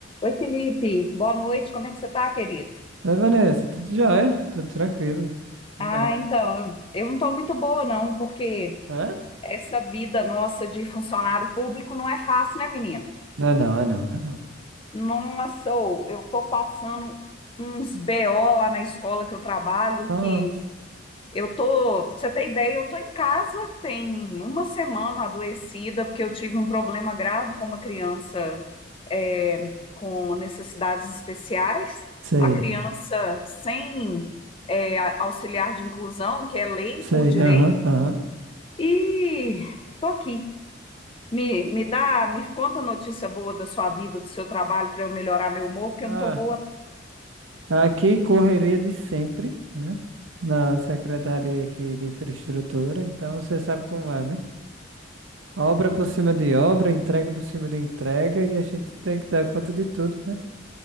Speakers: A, on the left; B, on the right.
A: Oi, Felipe. Boa noite. Como é que você tá, querido?
B: Oi, Vanessa, tudo jóia? Tudo tranquilo, tudo
A: Ah,
B: bem.
A: então, eu, eu não tô muito boa, não, porque
B: Hã?
A: essa vida nossa de funcionário público não é fácil, né, menino?
B: Ah, não, ah, não, ah, não.
A: Nossa, ô, eu tô passando uns BO lá na escola que eu trabalho
B: Nossa,
A: que Eu tô, pra você ter ideia, eu tô em casa tem uma semana adoecida, porque eu tive um problema grave com uma criança é, com necessidades especiais.
B: sei,
A: A criança sem é, a- auxiliar de inclusão, que é lei
B: sei,
A: por direito,
B: aham, aham.
A: e tô aqui. Me, me dá, me conta notícia boa da sua vida, do seu trabalho, para eu melhorar meu humor, porque
B: Ah,
A: eu não tô boa.
B: Aqui, correria de sempre, né? Na secretaria aqui de infraestrutura, então você sabe como é, né? Obra por cima de obra, entrega por cima de entrega, e a gente tem que dar conta de tudo, né?